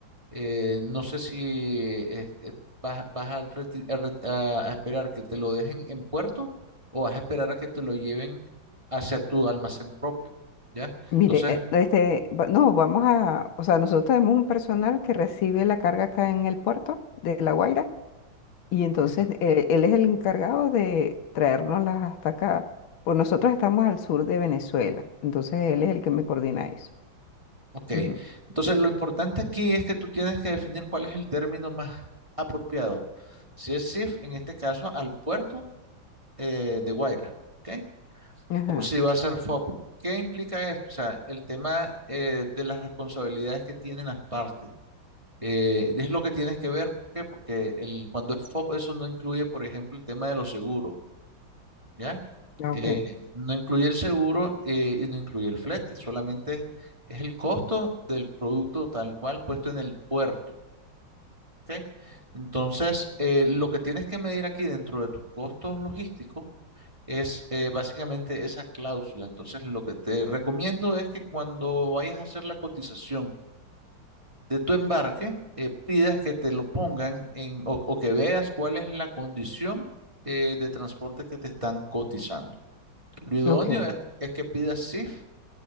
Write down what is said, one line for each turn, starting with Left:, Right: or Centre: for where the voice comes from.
Right: eh, no sé si eh, eh, vas, vas a, reti- a re- a- a esperar que te lo dejen en puerto o vas a esperar a que te lo lleven hacia tu almacén propio, ¿ya?
Left: Mire,
Right: Entonces,
Left: eh, este, va- no, vamos a, o sea, nosotros tenemos un personal que recibe la carga acá en el puerto de La Guaira y entonces
Right: ujú,
Left: eh, él es el encargado de traérnoslas hasta acá. Pues nosotros estamos al sur de Venezuela, entonces él es el que me coordina eso.
Right: ok.
Left: Ujú.
Right: Entonces, lo importante aquí es que tú tienes que definir cuál es el término más apropiado. Si es SIF, en este caso, al puerto eh, de Guaira, ¿ok?
Left: Ajá.
Right: O si va a ser FOP. ¿Qué implica esto? O sea, el tema eh, de las responsabilidades que tienen las partes. Eh, es lo que tienes que ver, ¿por qué? Porque el, cuando es FOP, eso no incluye, por ejemplo, el tema de los seguros, ¿ya?
Left: Ah,
Right: Eh,
Left: Ok,
Right: no incluye el seguro eh, y no incluye el flete, solamente es el costo del producto tal cual puesto en el puerto, ¿ok? Entonces, eh, lo que tienes que medir aquí dentro de tus costos logísticos es eh, básicamente esa cláusula. Entonces, lo que te recomiendo es que cuando vayas a hacer la cotización, de tu embarque, eh, pidas que te lo pongan en, o, o que veas cuál es la condición eh, de transporte que te están cotizando. Lo idóneo
Left: ok,
Right: es, es que pidas SIF